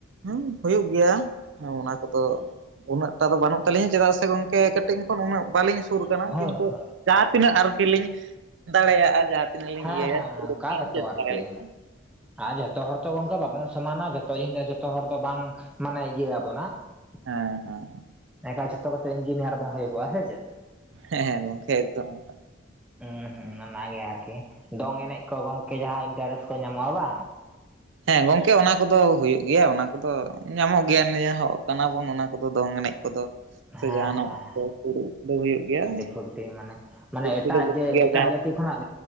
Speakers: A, on the right; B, in the centre.
A: ᱦᱮᱸ ᱦᱩᱭᱩᱜ ᱜᱮᱭᱟ ᱚᱱᱟ ᱠᱚᱫᱚ, ᱩᱱᱟᱹᱜ ᱴᱟ ᱫᱚ ᱵᱟᱹᱱᱩᱜ ᱛᱟᱞᱤᱧᱟ ᱪᱮᱫᱟᱜ ᱥᱮ ᱜᱚᱝᱠᱮ ᱠᱟᱹᱴᱤᱡ ᱠᱷᱚᱱ ᱩᱱᱟᱹᱜ ᱵᱟᱹᱞᱤᱧ ᱥᱩᱨ ᱟᱠᱟᱱᱟ
B: ᱦᱳᱭ
A: ᱠᱤᱱᱛᱩ
B: ᱦᱳᱭ
A: ᱡᱟᱦᱟᱸ ᱛᱤᱱᱟᱹᱜ ᱟᱨᱠᱤ ᱞᱤᱧ ᱫᱟᱲᱮᱭᱟᱜᱼᱟ ᱡᱟᱦᱟᱸ ᱛᱤᱱᱟᱹᱜ ᱞᱤᱧ
B: ᱦᱮᱸ
A: ᱤᱭᱟᱹᱭᱟ
B: ᱦᱮᱸ
A: ᱯᱩᱨᱟᱹ
B: ᱚᱱᱠᱟ
A: ᱜᱮᱞᱤᱧ
B: ᱜᱮ ᱛᱚ
A: ᱪᱮᱥᱴᱟᱭᱟᱞᱤᱧ
B: ᱟᱨᱠᱤ
A: ᱦᱮᱸ
B: ᱟᱨ ᱡᱚᱛᱚ ᱦᱚᱲ ᱡᱚᱛᱚ ᱜᱚᱝᱠᱮ ᱵᱟᱵᱚᱱ ᱥᱚᱢᱟᱱᱟ ᱡᱚᱛᱚ ᱤᱧ ᱫᱚ ᱡᱷᱚᱛᱚ ᱦᱚᱲ ᱫᱚ ᱵᱟᱝ ᱢᱟᱱᱮ ᱤᱭᱟᱹ ᱟᱵᱚᱱᱟ
A: ᱦᱮᱸ
B: ᱾
A: ᱦᱮᱸ
B: ᱮᱠᱟ ᱡᱷᱚᱛᱚ ᱠᱟᱛᱮ ᱤᱧᱡᱤᱱᱤᱭᱟᱨ ᱵᱟᱝ ᱦᱩᱭ ᱠᱚᱜᱼᱟ ᱥᱮ ᱪᱮᱫ?
A: ᱦᱮᱸᱮᱸ ᱜᱚᱢᱠᱮ ᱮᱠᱫᱚᱢ ᱾
B: ᱦᱩᱸ ᱦᱩᱸ ᱚᱱᱟᱜᱮ ᱟᱨ ᱠᱤ ᱫᱚᱝ ᱮᱱᱮᱡ ᱠᱚ ᱜᱚᱝᱠᱮ ᱡᱟᱦᱟᱸ ᱤᱱᱴᱟᱨᱮᱥᱴ ᱠᱚ ᱧᱟᱢᱚᱜᱼᱟ ᱵᱟᱝ?
A: ᱦᱮᱸ ᱜᱚᱝᱠᱮ ᱚᱱᱟ ᱠᱚᱫᱚ ᱦᱩᱭᱩᱜ ᱜᱮᱭᱟ ᱚᱱᱟ ᱠᱚᱫᱚ ᱧᱟᱢᱚᱜ ᱜᱮᱭᱟ ᱱᱤᱭᱟᱹᱦᱚᱜ ᱠᱟᱱᱟ ᱵᱚᱱ ᱚᱱᱟ ᱠᱚᱫᱚ ᱫᱚᱝ ᱮᱱᱮᱡ ᱠᱚᱫᱚ ᱾
B: ᱦᱮᱸ
A: ᱥᱮ ᱡᱟᱦᱟᱱᱟᱜ
B: ᱦᱮᱸ ᱦᱮᱸ
A: ᱫᱚ ᱥᱩᱨᱩᱜ ᱫᱚ ᱦᱩᱭᱩᱜ ᱜᱮᱭᱟ
B: ᱟᱹᱰᱤ ᱯᱷᱩᱨᱛᱤ ᱢᱟᱱᱮ ᱢᱟᱱᱮ
A: ᱯᱷᱩᱨᱛᱤ
B: ᱮᱴᱟᱜ
A: ᱫᱚ ᱦᱩᱭᱩᱜ
B: ᱡᱮ
A: ᱜᱮᱭᱟ
B: ᱮᱴᱟᱜ
A: ᱾
B: ᱡᱟᱹᱛᱤ ᱠᱷᱚᱱᱟᱜ